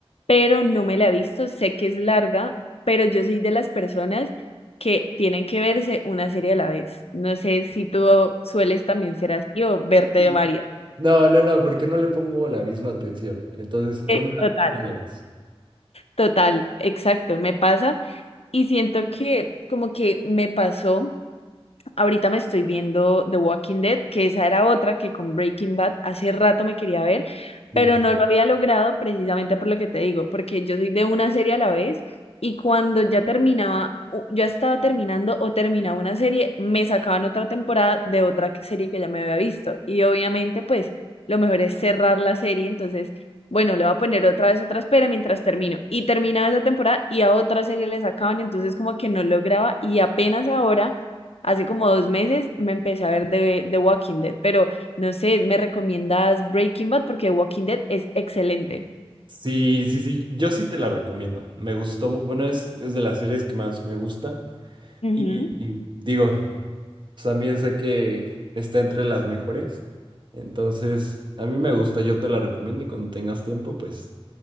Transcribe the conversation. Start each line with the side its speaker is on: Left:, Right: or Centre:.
Left: pero no me la he visto, sé que es larga, pero yo soy de las personas que tienen que verse una serie a la vez. No sé si tú sueles también ser así o verte
Right: Sí.
Left: de varias.
Right: No, no, no, porque no le pongo la misma atención. Entonces,
Left: Eh,
Right: una,
Left: total,
Right: a la vez.
Left: total, exacto, me pasa y siento que como que me pasó. Ahorita me estoy viendo The Walking Dead, que esa era otra que con Breaking Bad hace rato me quería ver,
Right: Sí.
Left: pero no lo había logrado precisamente por lo que te digo, porque yo soy de una serie a la vez y cuando ya terminaba, u- ya estaba terminando o terminaba una serie, me sacaban otra temporada de otra que- serie que ya me había visto. Y obviamente, pues lo mejor es cerrar la serie, entonces, bueno, le voy a poner otra vez otra espera mientras termino. Y terminaba esa temporada y a otra serie le sacaban, entonces como que no lograba y apenas ahora hace como dos meses me empecé a ver de The Walking Dead, pero no sé, ¿me recomiendas Breaking Bad? Porque The Walking Dead es excelente.
Right: Sí, sí, sí, yo sí te la recomiendo. Me gustó, mu- bueno, es, es de las series que más me gustan.
Left: Ujú.
Right: Y, y digo, También sé que está entre las mejores. Entonces, a mí me gusta, yo te la recomiendo y cuando tengas tiempo, pues